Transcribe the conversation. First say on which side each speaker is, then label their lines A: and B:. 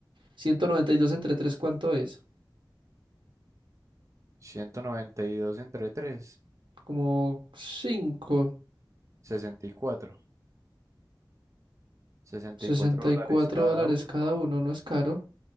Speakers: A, on the right; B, on the right.
A: 192 entre 3 ¿cuánto es?
B: ciento noventa y dos entre tres
A: Como 5,
B: sesenta y cuatro sesenta
A: 64
B: y cuatro dólares
A: dólares
B: cada uno.
A: cada uno, no es caro.